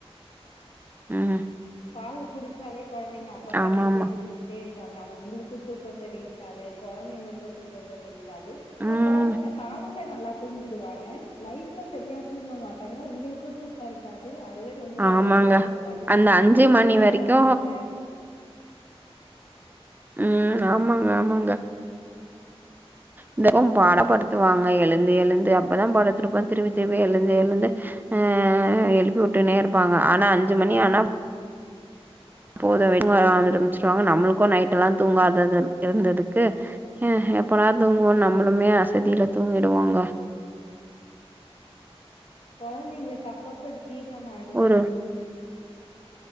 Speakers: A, on the right (about 20°); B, on the left (about 65°).
A: ம்
B: பால் குடிச்சாலே கொழந்தைங்க அப்பப்ப
A: ஆமாமா
B: நைட்ல எந்திரிச்சிட்டே இருப் ப்பாங்க அது உங்களுக்கு தூக்கொ சரி இருக்காது கொழந்தைங்களுக்கு தூக்கொ சரி இரு க்காது ஆனா
A: ம்
B: கொழந்தைங்க காலை ல்ல நல்லா தூங்கிடுவாங்க நைட்ல செரியா தூங்க மாட்டாங்க உங்களுக்கு தூக்கொ இருக்காது அ அதுவே ரொம்போ
A: ஆமாங்க
B: ஒடம்பு கொஞ்சொ வலிக்கு
A: அந்த அஞ்சு மணி
B: டயர்டா
A: வரைக்கு
B: இருப்பீங்க
A: உம் ஆமாங்க ஆமாங்க இந்தக்கும் பாடப்படுத்துவாங்க எழுந்து எழுந்து அப்பதா படத்துருப்ப திருப்பி திருப்பி எழுந்து எழுந்து அஹ் எழுப்பி விட்டுனே இருப்பாங்க ஆனா அஞ்சு மணி ஆனா அப்போத <unintelligible> வர ஆரம்பிச்சிருவாங்க நம்மளுக்கு நைட் எல்லா தூங்காதது இருந்ததுக்கு ஹ எப்பல்லாம் தூங்குவோம் நம்மளுமே அசதியில தூங்கிடுவவோங்க
B: கொழந்தைங்களுக்கு அப்பப்ப ஜீதமாயிடும்.
A: ஒரு